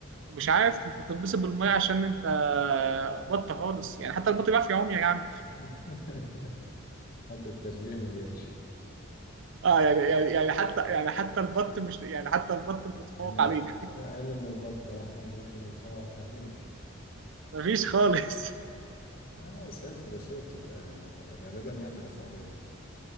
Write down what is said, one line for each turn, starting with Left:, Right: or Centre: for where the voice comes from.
Right: مش عارف انت تتبسط بالميه عشان انت بط خالص يعني حتى البط بيعرف يعوم يا جدع
Left: <laughs> حتى التشبيه ما جاش
Right: اه يعني يعني يعني حتى يعني حتى البط مش يعني حتى البط متفوق
Left: انا
Right: علينا <laughs>
Left: اقل من البط اه البط متفوق عليك
Right: مفيش خالص
Left: اه بس هي الفروسية بتبقى غالبا يعني رفاهية